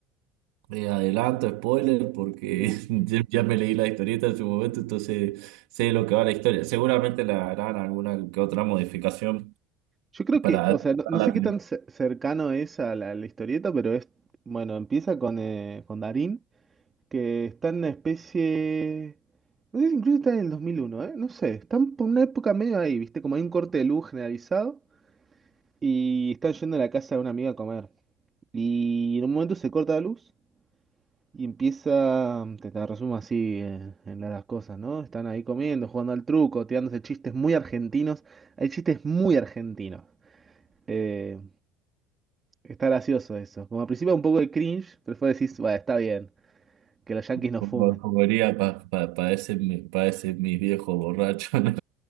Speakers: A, on the right; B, on the right.
A: Eh, adelanto, spoiler, porque
B: Sí.
A: <laughs> ya ya me leí la historieta en su momento, entonces sé de lo que va la historia. Seguramente le harán alguna que otra modificación
B: Yo creo
A: para
B: que,
A: adaptarla,
B: o sea, no, no sé qué tan ce- cercano es a la, a la historieta, pero es, bueno, empieza con, eh, con Darín, que está en una especie, no sé si incluso está en el 2001, ¿eh? No sé, están por una época medio ahí, ¿viste? Como hay un corte de luz generalizado y están yendo a la casa de una amiga a comer. Y en un momento se corta la luz y empieza, te, te resumo así eh, en las cosas, ¿no? Están ahí comiendo, jugando al truco, tirándose chistes muy argentinos. Hay chistes muy argentinos. Eh, Está gracioso eso. Como al principio un poco de cringe, pero después decís, bueno, está bien, que los yankees no
A: como,
B: fumen.
A: como diría, para pa, pa ese, mi- pa ese mi viejo borracho. <laughs> ¿no?